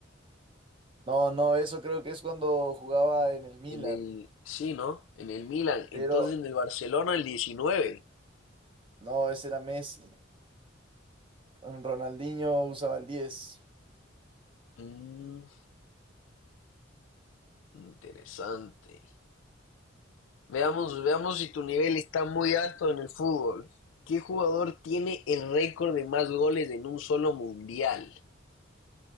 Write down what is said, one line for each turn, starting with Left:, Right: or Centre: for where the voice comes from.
Right: No, no, eso creo que es cuando jugaba en el Milan,
Left: en el, sí, ¿no? En el Milan.
Right: pero
Left: Entonces en el Barcelona el 19.
Right: no, ese era Messi. Mm, Ronaldinho usaba el diez
Left: Mm, interesante. Veamos, veamos si tu nivel está muy alto en el fútbol. ¿Qué jugador tiene el récord de más goles en un solo mundial?